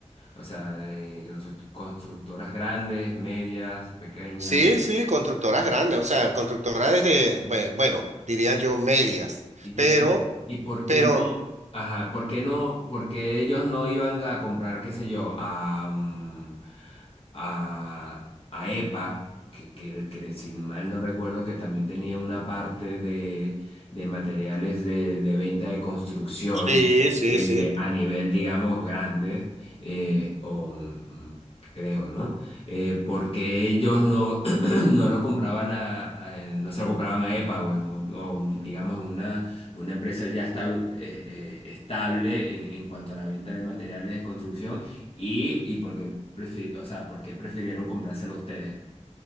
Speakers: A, on the left (about 50°); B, on the right (about 70°).
A: O sea, eh, constru- constructoras grandes, medias, pequeñas,
B: Sí, sí, constructoras grandes, o sea, constructoras desde, bue- bueno, diría yo medias,
A: Y, di-
B: pero,
A: y, y por
B: pero,
A: qué no, ajá, por qué no, por qué ellos no iban a comprar, qué sé yo, a, mm, a, a EPA, que, que, que si mal no recuerdo que también tenía una parte de, de materiales de, de venta de construcción
B: sí, sí,
A: eh,
B: sí,
A: a nivel, digamos, grande, eh, o mm, creo, ¿no? Eh, porque ellos no, <clears throat> no lo compraban a, a- no se lo compraban a EPA o en un- o un, digamos, una una empresa ya está, eh, eh, estable en, en cuanto a la venta de materiales de construcción y, y por qué, prefi- o sea, por qué prefirieron comprárselo a ustedes.